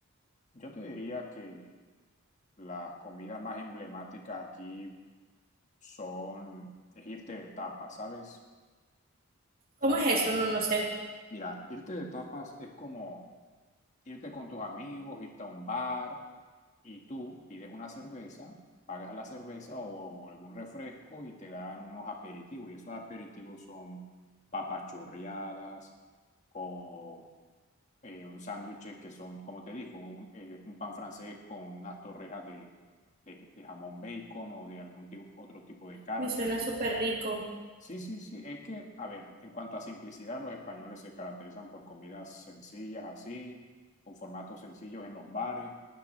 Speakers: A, on the left (about 30°); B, on the right (about 40°).
A: yo te diría que las comidas más emblemáticas aquí son es irte de tapas, ¿sabes? ¿Sabes?
B: ¿Cómo es eso? No, no sé.
A: Mira, irte de tapas es como irte con tus amigos, irte a un bar y tú pides una cerveza, pagas la cerveza o algún refresco y te dan unos aperitivos. Y esos aperitivos son papas chorreadas. con eh, un sándwiches que son, como te digo, un, eh, un pan francés con unas torrejas de, de, de jamón bacon o de algún tipo, otro tipo de carne.
B: Uy, suena súper rico.
A: Sí, sí, sí, es que, a ver, en cuanto a simplicidad, los españoles se caracterizan por comidas sencillas así, con formatos sencillos en los bares,